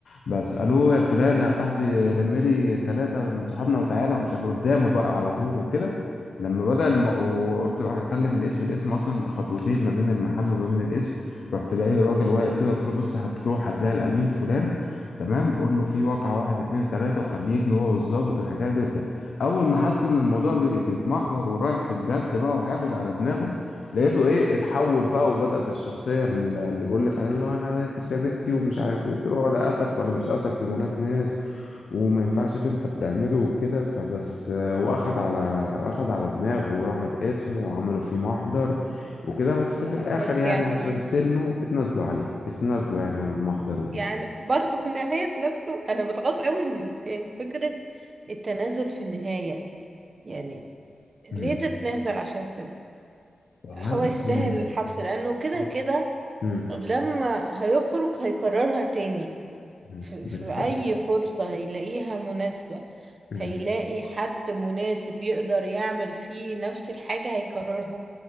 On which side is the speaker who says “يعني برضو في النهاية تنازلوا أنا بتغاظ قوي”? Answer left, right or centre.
Right